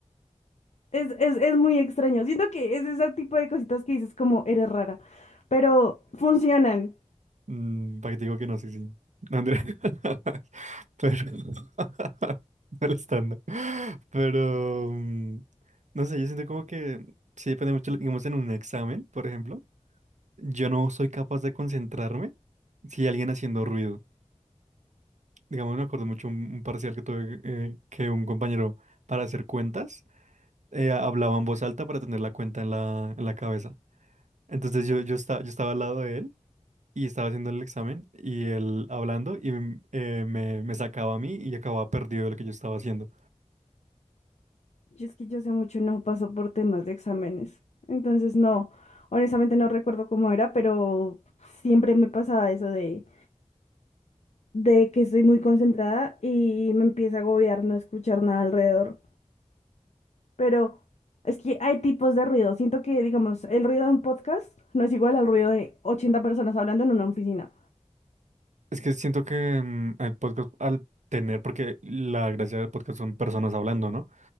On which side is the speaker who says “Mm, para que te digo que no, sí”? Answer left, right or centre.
Right